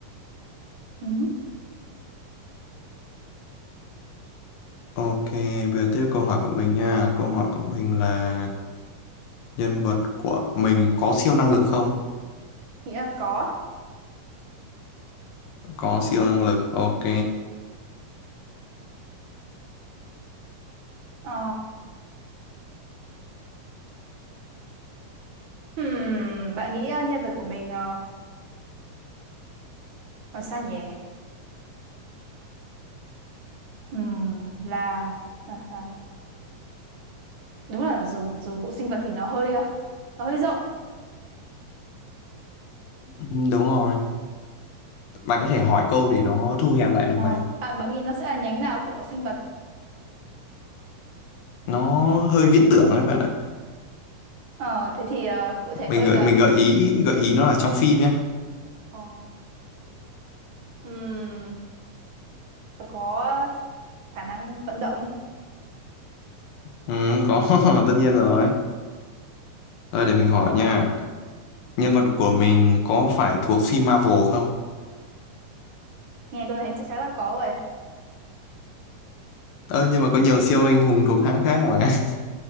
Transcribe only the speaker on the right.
Ừ,
Nghĩ là có.
Ờ, hmm, bạn nghĩ ờ, nhân vật của mình ờ, là sao nhỉ? Ừm, là, là, là đúng là dùng dùng cụ sinh vật thì nó hơi ờ, nó hơi rộng.
Mà
bạn bạn nghĩ nó sẽ là nhánh nào của sinh vật?
Ờ, thế thì ờ, cụ
thể hơi
là
ờ, ừm, nó có khả năng vận động.
Nghe câu này chắc chắn là có rồi.